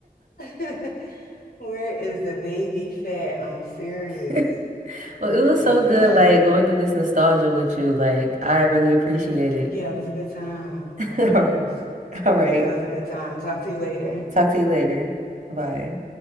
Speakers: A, on the left (about 75°); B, on the right (about 50°).
A: fat? <laughs> Where is the baby fat? I'm serious.
B: <laughs> Well, it was
A: Okay.
B: so good, like going through this nostalgia with you. Like, I really appreciate it.
A: Yeah, it was a good time,
B: <laughs>
A: of course.
B: All right.
A: It was a good time. Talk to you later.
B: Talk to you later. Bye.